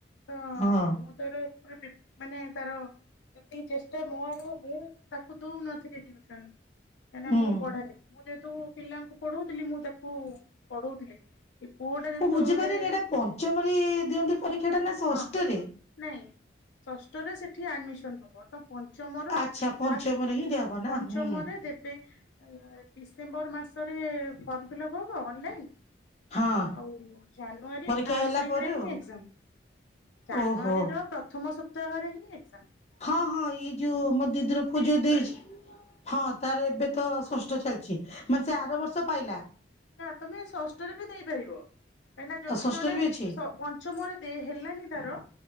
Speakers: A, on the left; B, on the left.
A: ତ,
B: ହଁ
A: ମୁଁ ତାର ପୁରା ଡି-ମାନେ ତାର ଯେତିକି ଚେଷ୍ଟା ମୋ ଆଡୁ ମୁଁ ତାକୁ ଦଉନଥିଲି ଟିଉସନ୍। ନା ନା
B: ହୁଁ।
A: ମୁଁ ପଢାଏ। ମୁଁ ଯେହେତୁ ପିଲାଙ୍କୁ ପଢଉଥିଲି, ମୁଁ ତାକୁ ପଢଉଥିଲି। ଏ ପୁଅଟା ଯେତେବଳେ
B: ମୁଁ ବୁଝିପାରିନି ଏଇଟା ପଞ୍ଚମରେ ଦିଅନ୍ତି ପରୀକ୍ଷାଟା ନା ଷଷ୍ଠରେ?
A: ହଁ ନାଇଁ ଷଷ୍ଠରେ ସେଠି ଆଡମିସନ୍ ହବ। ତ, ପ ପଞ୍ଚମର
B: ଆଚ୍ଛା ପଞ୍ଚମରେ
A: ଲାଷ୍ଟ,
B: ହିଁ ଦିଆହବ ନା
A: ପଞ୍ଚମରେ
B: ହୁଁ
A: ଦେବେ। ଡିସେମ୍ବର ମାସରେ ଫର୍ମ ଫିଲ୍ପ୍ ହବ ଅଲାଇନ୍।
B: ହଁ
A: ଆଉ ଜାନୁଆରୀ
B: ପରୀକ୍ଷା
A: ଫାଷ୍ଟ
B: ହେଲା
A: ୱିକରେ
B: ପରେ
A: ହିଁ
B: ଆଉ।
A: ଏକ୍ଜାମ୍। ଜାନୁଆରୀର
B: ଓହୋ
A: ପ୍ରଥମ ସପ୍ତାହରେ ହିଁ ଏକ୍ଜାମ୍।
B: ହଁ ହଁ ଇଏ ଯୋଉ ମୋ ଦିଦିର ପଅ ଝିଅ
A: ଭିତରେ
B: ଦେଚି। ହଁ ତାର ଏବେ ତ ଷଷ୍ଠ ଚାଲିଚି ମାନେ ସେ ଆର ବର୍ଷ ପାଇଲା।
A: ନା ତମେ ଷଷ୍ଠରେ ବି ଦେଇପାରିବ। କାହିଁନା ଯଦି
B: ଆଉ ଷଷ୍ଠରେ
A: ଜଣେ
B: ବି ଅଛି
A: ସ ପଞ୍ଚମରେ ଦେ ହେଲାନି ତାର।